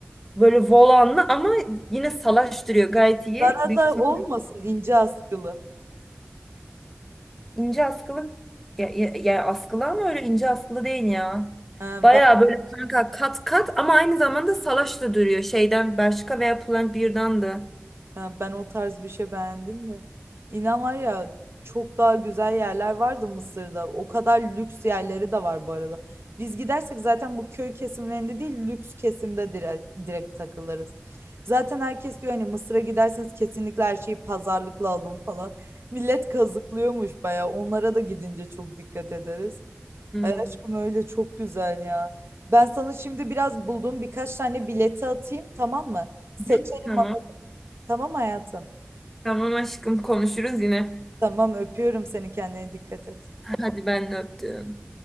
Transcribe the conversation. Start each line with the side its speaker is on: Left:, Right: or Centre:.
Centre: böyle volanlı ama yine salaş duruyor. Gayet iyi.
Right: Dara
Centre: Büyük
Right: da
Centre: ihtimal
Right: olmasın ince askılı.
Centre: ince askılı. Ya, ya, ya askılı ama öyle ince askılı değil ya.
Right: Ha,
Centre: Baya
Right: ben
Centre: böyle kanka kat kat ama aynı zamanda salaş da duruyor. Şeyden Bershka veya Pull&Bear'dan da.
Right: ha, ben o tarz bir şey beğendim de. İnan var ya çok daha güzel yerler vardı Mısır'da. O kadar lüks yerleri de var bu arada. Biz gidersek zaten bu köy kesimlerinde değil lüks kesimde direkt, direkt takılırız. Zaten herkes diyor hani Mısır'a giderseniz kesinlikle her şeyi pazarlıkla alın falan. Millet kazıklıyormuş bayağı. Onlara da gidince çok dikkat ederiz.
Centre: Hmm.
Right: Ay aşkım öyle çok güzel ya. Ben sana şimdi biraz bulduğum birkaç tane bileti atayım tamam mı? Seçelim
Centre: Hı, Tamam.
Right: tamam hayatım.
Centre: Tamam aşkım konuşuruz yine.
Right: Tamam öpüyorum seni kendine dikkat et.
Centre: Hadi ben de öptüm.